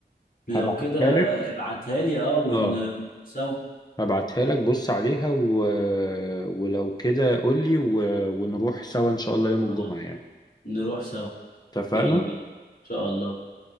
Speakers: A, on the left (about 55°); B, on the left (about 20°).
A: لو
B: هبعتها
A: كده
B: لك
A: ابعتها لي اه ونروح
B: اه
A: سوا
B: هبعتها لك بص عليها و... ولو كده قول لي و... ونروح سوا ان شاء الله يوم الجمعة
A: خلاص
B: يعني
A: نروح سوا
B: اتفقنا
A: يلا بينا ان شاء الله